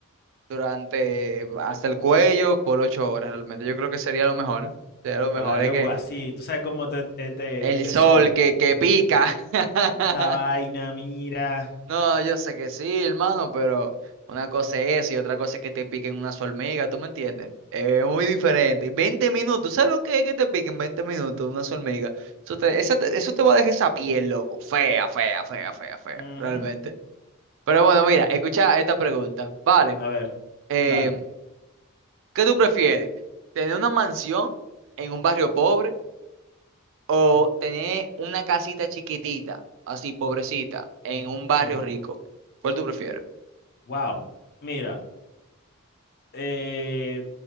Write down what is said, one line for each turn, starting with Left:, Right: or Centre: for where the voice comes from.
Right: durante hasta el cuello por ocho horas, realmente. Yo creo que sería lo mejor, sería lo
Left: Con
Right: mejor,
Left: la
Right: es
Left: luz
Right: que
Left: así, tú sabes cómo te- este,
Right: el
Left: este
Right: sol
Left: sol,
Right: que, que pica. <laughs>
Left: esa vaina, mira.
Right: No, yo sé que sí, hermano, pero una cosa es eso y otra cosa es que te piquen una hormiga, ¿tú me entiendes? Es muy diferente. 20 minutos, ¿sabes lo que es que te piquen 20 minutos una hormiga? Eso te, esa te- eso te va a dejar esa piel, loco. Fea, fea, fea, fea, fea,
Left: Ujú.
Right: realmente. Pero bueno, mira, escucha esta pregunta. Vale,
Left: A ver,
Right: eh,
Left: dale.
Right: ¿qué tú prefieres? ¿Tener una mansión en un barrio pobre o tener una casita chiquitita, así pobrecita, en un barrio
Left: Ujú.
Right: rico? ¿Cuál tú prefieres?
Left: Wow, mira. Eh,